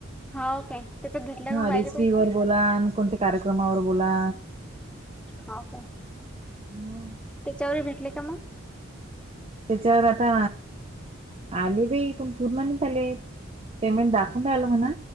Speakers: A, in the centre; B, on the right.
A: हाव काय त्याच्यात भेटले
B: <unintelligible>
A: का मग बायले पैसे
B: वर बोला. कोणत्या कार्यक्रमावर बोला.
A: हाव का,
B: असं
A: त्याच्यावर भेटले का म.
B: त्याच्यावर आता, आले बाई पण पूर्ण नाहीत आले. पेमेंट दाखवून राहिला मना,